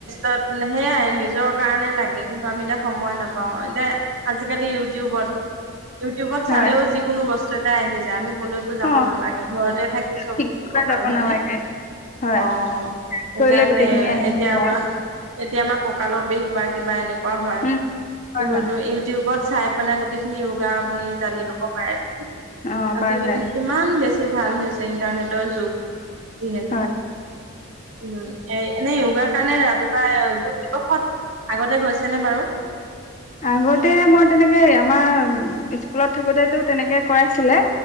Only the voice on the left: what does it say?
হয়
অ
শিকিবলৈ
যাব
নালাগে হয়
কৰিলে গোটেইখিনি
আহি
যায়
উম হয়
হয়
অ
পৰা যায়
হয়
আগতে মই তেনেকে, আমাৰ স্কুলত থাকোতেতো তেনেকে কৰাইছিলে।